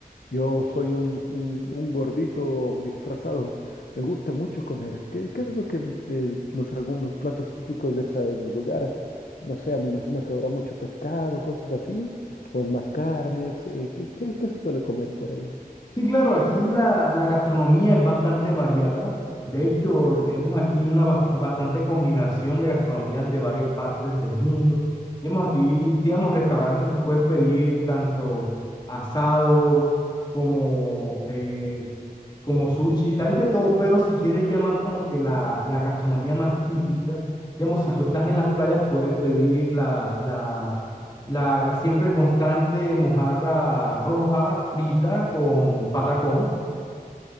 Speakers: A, on the left; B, on the left.
A: yo soy un, un, un gordito disfrazado, me gusta mucho comer. ¿Qué, qué es lo que mm, eh, los, algunos platos típicos de ese lugar? No sé, me imagino que habrá mucho pescado, cosas así, o es más carnes. eh, ¿qué, qué, qué se suele comer por allá?
B: Sí, claro, aquí la, la gastronomía es bastante variada. De hecho,
A: Ah,
B: tenemos aquí una bast- bastante combinación de gastronomías de varias partes del mundo. Digamos, aquí, digamos, restaurante tú puedes pedir tanto asados como eh, como sushi, hay de todo, pero si quieres ya más como que la, la gastronomía más típica, digamos, si tú estás
A: ujú,
B: en las playas puedes pedir la, la, la, la siempre constante mojarra roja frita con
A: mm,
B: patacón.